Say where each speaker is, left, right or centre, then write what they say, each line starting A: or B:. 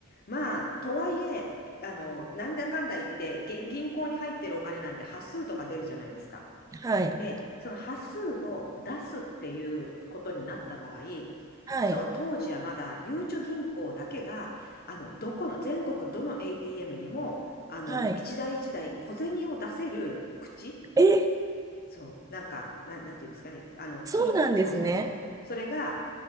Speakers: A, on the left; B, on the right.
A: まあ、とはいえ、あの、なんだかんだ言って、げ銀行に入ってるお金なんて端数とか出るじゃないですか。
B: はい、
A: で、その端数を出すっていうことになった場合、
B: はい、
A: そ当時はまだ、ゆうちょ銀行だけが、あの、どこの、全国どの ATM にも、あの、
B: はい。
A: 一台一台小銭を出せる口、
B: え、
A: そう、なんか、なん、なんていうんですかね、あの、
B: そうなんですね。
A: 金、そうそうそう、それが